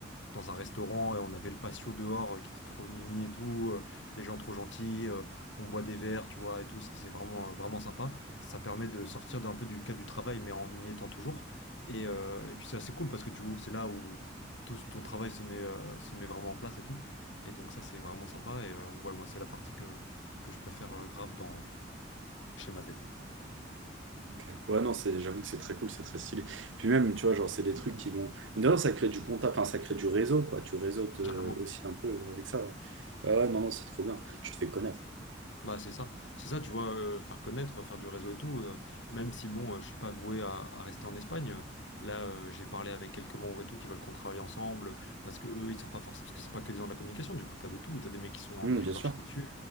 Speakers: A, on the left; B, on the right.
A: dans un restaurant et on avait le patio dehors euh, qui était trop mimi et tout. euh, les gens trop gentils, euh, on boit des verres, tu vois, et tout. C'est c'est vraiment, euh, vraiment sympa. Ça permet de sortir d'un peu du cadre du travail, mais en y étant toujours. Et, euh, et puis, c'est assez cool parce que tu vois, c'est là où tout ton travail se met, euh, se met vraiment en place et tout. Et donc, ça, c'est vraiment sympa. Et euh, ouais, moi, c'est la partie que, que je préfère euh, grave dans chez Mazette.
B: Ok. Ouais, non, c'est, j'avoue que c'est très cool, c'est très stylé. Puis même, tu vois, genre, c'est des trucs qui vont. Mais d'ailleurs, ça crée du contact, enfin, ça crée du réseau, quoi. Tu réseautes
A: Carrément.
B: euh, aussi un peu avec ça. Ah ouais, non, non, c'est trop bien. Tu te fais connaître.
A: Bah c'est ça, c'est ça, tu vois, euh, faire connaître, faire du réseau et tout, euh, même si bon, euh, je suis pas voué à, à rester en Espagne, euh, là euh, j'ai parlé avec quelques membres et tout qui veulent qu'on travaille ensemble, parce que eux ils sont pas forcément, parce que c'est pas que des gens de la communication, du coup t'as de tout, t'as des mecs qui sont en
B: Hum,
A: agence
B: bien
A: d'architecture,
B: sûr.